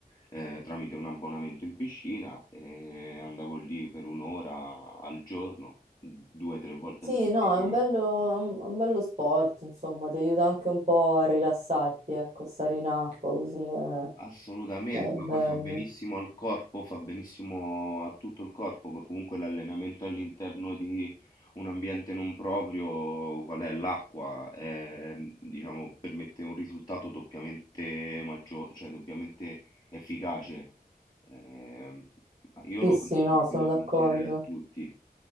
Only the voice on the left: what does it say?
eh, tramite un abbonamento in piscina e andavo lì per un'ora al giorno, due o tre volte
a settimana.
Assolutamente,
ma poi fa benissimo al corpo, fa benissimo a tutto il corpo, poi comunque l'allenamento all'interno di un ambiente non proprio, qual è l'acqua, ehm, diciamo, permette un risultato doppiamente maggiore, cioè doppiamente efficace. Ehm, io
lo
consiglio,
lo
consiglierei a tutti.